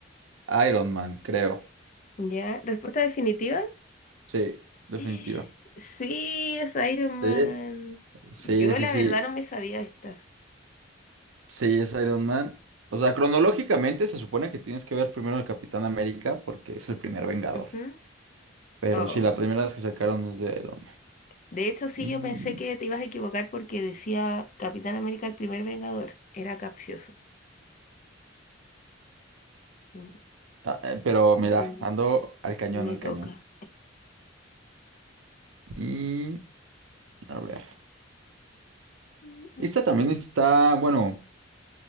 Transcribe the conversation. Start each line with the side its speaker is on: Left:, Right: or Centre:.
Right: Iron Man, creo.
Left: ¿Ya? ¿Respuesta definitiva?
Right: Sí, definitiva.
Left: <gasps> Sí, es Iron Man.
Right: Sí, sí,
Left: Yo
Right: sí,
Left: la
Right: sí.
Left: verdad no me sabía esta.
Right: Sí, es Iron Man. O sea, cronológicamente se supone que tienes que ver primero el Capitán América porque es el primer Vengador.
Left: Ujú.
Right: Pero
Left: Oh,
Right: sí, la primera vez que sacaron es de Iron Man.
Left: De hecho, sí,
Right: Y,
Left: yo pensé que te ibas a equivocar porque decía Capitán América el primer Vengador. Era capcioso. Mm,
Right: ah, eh, pero mira,
Left: mm,
Right: ando al cañón,
Left: Me
Right: al
Left: toca.
Right: cañón. Y a ver.
Left: Mm, mm,
Right: Esta también está, bueno,